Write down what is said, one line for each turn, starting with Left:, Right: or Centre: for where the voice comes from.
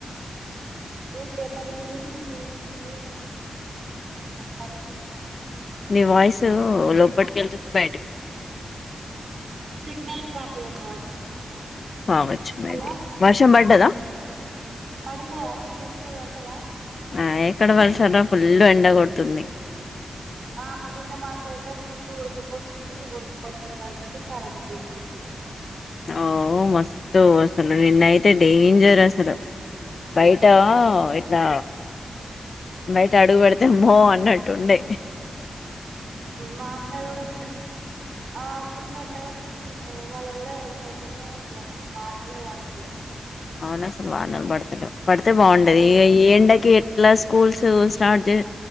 Right: ఊరికే మల్లి మల్లి మల్లి ఉండాల్సివా పడుకునేదాకా
Left: నీ వాయిసు లోపటికీ వెళ్తుంది బయటకు వస్తుంది
Right: సిగ్నల్ ప్రాబ్లమ్ కావచ్చు
Left: కావచ్చు మేబి
Right: హలో
Left: వర్షం పడ్డదా
Right: పడలే అంటే మీకూడా పడదా
Left: ఆ ఎక్కడ వర్షంరా ఫుల్లు ఎండ కొడుతుంది
Right: ఆమ నిన్న మాకతే ఫుల్ ఉడకపోస్తుంది ఉడుకుపో నికి తగ్గాటు కరెంటు తీసేసిండు
Left: ఓ మస్తు అసలు నిన్నయితే డేంజర్ అసలు బైట ఇట్లా బయట అడుగు పెడితె ఆమ్మో అన్నట్టు ఉండే
Right: మా సైడ్ ఫుల్ ఆ ఫుల్ ఎండకోటింది ఇవల్ల కూడా ఎండనే ఉంది అసల్ వనలే పడతాలేదు
Left: అవున అసలు వానలు పడుతలే పడితే బాగుండది
Right: అన్
Left: ఏ ఎండకి ఇట్లా స్కూల్స్ స్టార్ట్ చే